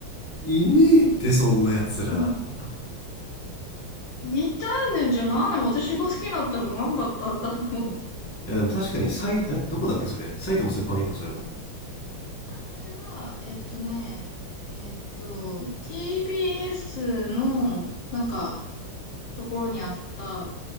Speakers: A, on the left; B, on the left.
A: いねえってそんなやつらい
B: うん似たんだよ。じゃあなんで私が好きになったの何だったんだろう。
A: やでも確かにさいえどこだっけそれ埼玉スーパーいンだそれも
B: あ、それは、えっとね、えっと、TBS の、なんか、ところにあった